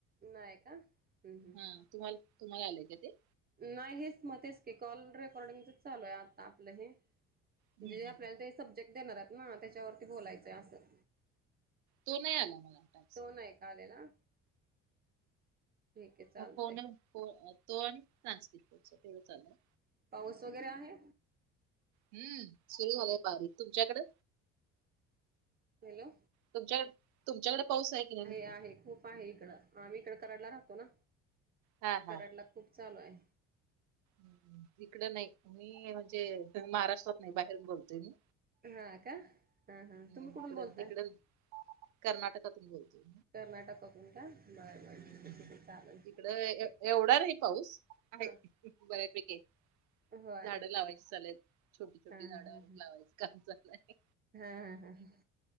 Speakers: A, on the right; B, on the right.
A: नाहीय का? हम्म हम्म
B: हा तुम्हा तुम्हाला आलंय का ते?
A: नाही हेच मध्येच तेच की कॉल रेकॉर्डिंगच चालू आहे आता आपलं हे.
B: हम्म
A: म्हणजे
B: हम्म,
A: आपल्याला
B: हम्म.
A: ते सब्जेक्ट देणार आहेत ना त्याच्यावरती बोलायचंय असं.
B: तो नाही आला मला टॅक्स.
A: तो नाही का आलेला ठीक आहे चाल.
B: कोण तो <unintelligible> तेवढ चाला.
A: पाऊस वगैरे आहे.
B: हम्म सुरू झालाय बारीक तुमच्याकड?
A: हॅलो!
B: तुमच्याकड तुमच्याकडे पाऊस आहे कि नाही म्हंटलं.
A: आहे खूप आहे इकडं आम्ही इकडं कराडला राहतो ना
B: हां.
A: कराडला खूप चालू आहे.
B: हम हम इकडं नाही मी म्हणजे महाराष्ट्रात नाही बाहेर बोलतोय मी.
A: हा का हा हा तुम्ही
B: इकड
A: कुठून बोलताय.
B: इकड कर्नाटकातून बोलतो.
A: कर्नाटक मधून का बरं. बरं
B: हम्म
A: ठीक आहे ठीक आहे चालेल
B: इकड एवढा
A: ठीक
B: आहे पाऊस आहे.
A: हां
B: बऱ्या पैकी आहे
A: होय
B: झाडं लावायची चालेल. छोटी छोटी
A: हा
B: झाडा
A: हा हा हा
B: लावायचं काम चाललंय.
A: हा हा हा